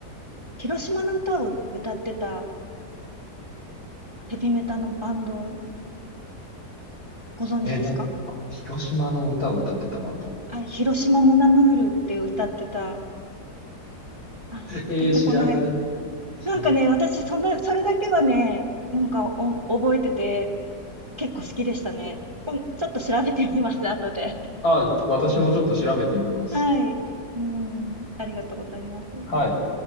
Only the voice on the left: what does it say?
え、な、広島の歌を歌ってたバンド。
えー、
知らない。広、
あ、私もちょっと調べてみます。
はい。